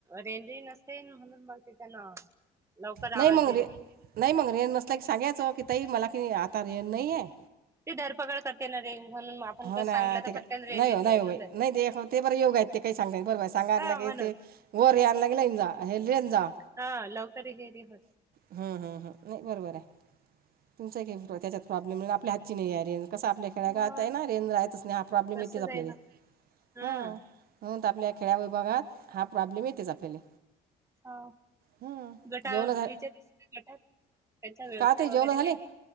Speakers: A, on the right; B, on the right.
A: रेंजही नसते म्हणून बगते त्यांना लवकर
B: नाही
A: आवाज
B: मग रे
A: देत.
B: नाही मग रेंज नसलं की सांगायचं की ताई मला की आता रेंज नाही आहे.
A: ते धरपकड करते ना रेंज म्हणून आपण
B: हो
A: सांगितलं
B: ना
A: तर
B: ते काय
A: फटकन रेंज
B: नाही
A: देते
B: हो नाही
A: अजून
B: हो बाई
A: जाते.
B: नाही ते हो ते बरं योग आहेत ते काही सांगता बरर सांगा आणलागे
A: हा म्हणून
B: ते वरे आणलागे लन जा हे लेन जा.
A: हा लवकर हेरी होत.
B: ह ह नाही बरोबर आहे तुमचा काही त्याच्यात प्रॉब्लेम नाही आपल्या हातची नाही आहे रेंज. कसं आपल्या खेड्या गावातच
A: मग
B: आहे ना रेंज राहतच नाही हा
A: तसच
B: माहीतच आपल्याला
A: आहे ना हम्म.
B: हा. म्हण आपल्या खेड्या विभागात हा प्रॉब्लेम येतेच आपल्याला.
A: हा
B: हं.
A: गटा
B: जेवणं झाले
A: याचेत गटात त्यांचा व्यवसाय
B: का ते
A: वगैरे
B: जेवणं
A: काही
B: झाले
A: नाही.